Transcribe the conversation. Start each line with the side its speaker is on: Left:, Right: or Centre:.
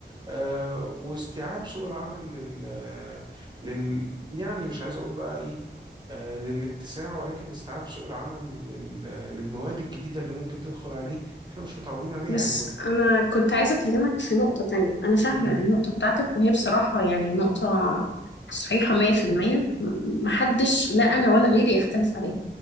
Right: آه، واستيعاب سوق العمل لل... آه، لل... يعني مش عايز أقول بقى إيه آه، للاتساع ولكن استيعاب سوق العمل لل... آه، للمواد الجديدة اللي ممكن تدخل عليه احنا مش متعودين عليها
Left: بس
Right: يعني مك...
Left: أنا كنت عايزة أكلمك في نقطة تانية أنا فاهمة
Right: مهم.
Left: النقطة بتاعتك وهي بصراحة يعني نقطة صحيحة 100% م- محدش لا أنا ولا غيري يختلف عليها